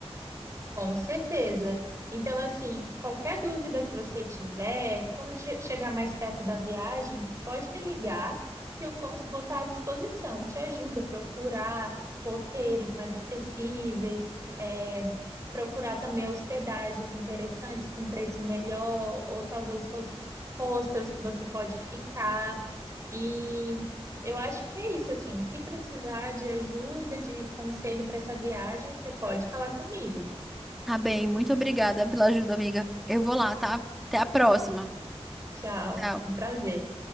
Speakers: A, on the right; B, in the centre.
A: Com certeza. Então, assim, qualquer dúvida que você tiver, quando che- chegar mais perto da viagem, tu pode me ligar que eu cons- vou estar à disposição. Te ajuda a procurar roteiros mais acessíveis, é, procurar também hospedagens interessantes com preço melhor, ou talvez hos- hostels que você pode ficar. E eu acho que é isso, assim, que precisar de ajuda, de conselho para essa viagem, você pode falar comigo.
B: Tá bem, muito obrigada pela ajuda, amiga. Eu vou lá, tá? Até a próxima.
A: Tchau,
B: Tchau.
A: é um prazer.